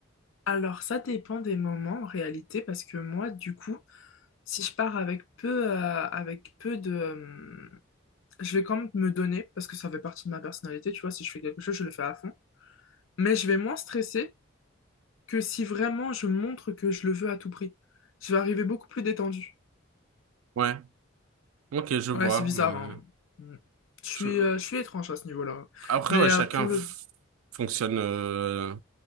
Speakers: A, on the left (about 70°); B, on the right (about 80°).
A: Alors, ça dépend des moments en réalité, parce que moi, du coup, si je pars avec peu, euh, avec peu de... euh, je vais quand même me donner, parce que ça fait partie de ma personnalité, tu vois, si je fais quelque chose, je le fais à fond. Mais je vais moins stresser que si vraiment je montre que je le veux à tout prix. Je vais arriver beaucoup plus détendue.
B: Ouais, ok, je vois.
A: Ouais, c'est bizarre,
B: Mais
A: hein. Mm. Je suis,
B: je-
A: euh, je suis étrange à ce niveau-là.
B: Après,
A: Mais
B: ouais,
A: euh,
B: chacun
A: pour
B: f-
A: le...
B: fonctionne euh,